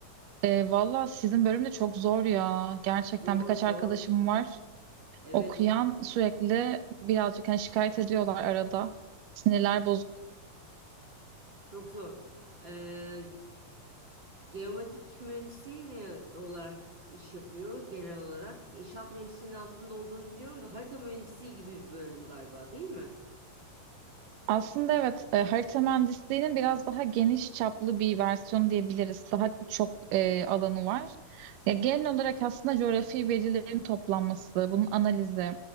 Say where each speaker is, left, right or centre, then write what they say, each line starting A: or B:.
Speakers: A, on the right; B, on the right.
A: Ee, valla sizin bölüm de çok zor ya. Gerçekten
B: Zor
A: birkaç
B: zor.
A: arkadaşım var.
B: Evet.
A: Okuyan sürekli birazcık hani şikayet ediyorlar arada. Sinirler bozuk
B: Çok zor. Ee, geomatik mühendisi ne olarak iş yapıyor genel olarak? İnşaat mühendisliğinin altında olduğunu biliyorum da harita mühendisi gibi bir bölüm galiba değil mi?
A: Aslında evet e, harita mühendisliğinin biraz daha geniş çaplı bir versiyonu diyebiliriz. Daha çok e, alanı var. Ya, genel olarak aslında coğrafi verilerin toplanması, bunun analizi,